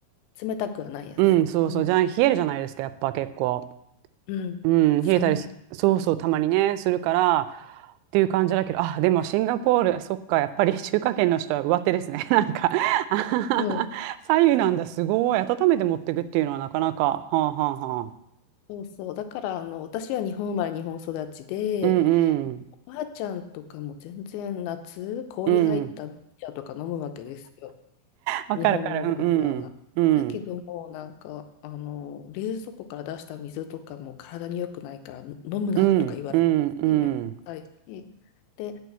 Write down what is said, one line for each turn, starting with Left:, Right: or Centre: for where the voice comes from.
Left: 冷たくはないやつね。
Right: うん、そうそう。
Left: うん。
Right: じゃあ冷えるじゃないですか、やっぱ結構。
Left: うん。
Right: うん、
Left: 寒い。
Right: 冷えたりす、そうそう、たまにね、するから、っていう感じだけど、あ、でもシンガポール、そっか、やっぱり <laughs> 中華圏の人は上手ですね。<laughs> なんかあははは
Left: うん。
Right: <laughs> 左右なんだ、すごい。温めて持ってくっていうのはなかなか、はあはあはあ。
Left: そうそう。だから、あの、私は日本生まれ、日本育ちで、
Right: うんうん、
Left: おばあちゃんとかも全然夏、氷入った麦茶とか飲むわけですよ。
Right: うん。わかるわかる、
Left: 日本のおばあちゃんは。
Right: うんうん、
Left: だけども、
Right: うん、
Left: なんか、あの、冷蔵庫から出した水とかも体に良くないから飲むなとか言われて、
Right: うん、うん、うん、
Left: めんどくさいし。で、